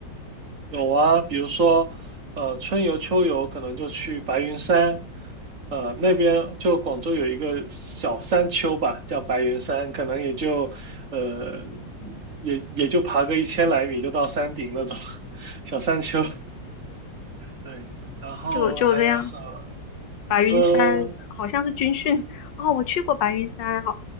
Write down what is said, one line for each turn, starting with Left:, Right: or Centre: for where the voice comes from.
Right: 有啊，比如说，呃，春游、秋游可能就去白云山，呃，那边就广州有一个小山丘吧，叫白云山，可能也就，呃，也也就爬个一千来米就到山顶那种 <laughs> 小山丘。对，然后还有什么？
Left: 就就这样，白云山好像是军训哦，
Right: 嗯。
Left: 我去过白云山，好，